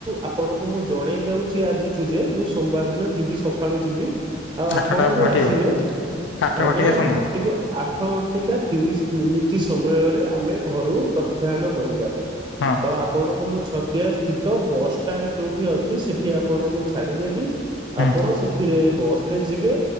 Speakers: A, on the right; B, on the left.
A: ଆପଣଙ୍କୁ ମୁଁ ଜଣେଇ ଦେଉଛି ଆଜିଠୁ ଯେ ମୁଁ ସୋମବାର ଦିନ ଯିବି ସକାଳୁ ଯିବି ଆଉ ଆପ
B: ଆଠଟା
A: ଆପଣ ବି
B: ଘଟିବ
A: ଆସିବେ
B: ଆଠ
A: ଆଜ୍ଞା
B: ଘଟିକା ସମୟରେ।
A: ଘଟିକ ଆ ଆଠ ଘଟିକା ତିରିଶି ମିନିଟ୍ ସମୟରେ ଆମେ ଘରୁ ପ୍ରସ୍ଥାୟନ କରିବା
B: ହଁ
A: ତ ଆ ଆପଣଙ୍କୁ ମୁଁ ଛତିଆ ସ୍ଥିତ ବସ୍ ଷ୍ଟାଣ୍ଡ୍ ଯୋଉଠି ଅଛି ସେ ସେଠି ଆପଣଙ୍କୁ ଛାଡ଼ିଦେବି
B: ହୁଁ
A: ଆପଣ ସେଥିରେ ବସ୍ ରେ ଯିବେ।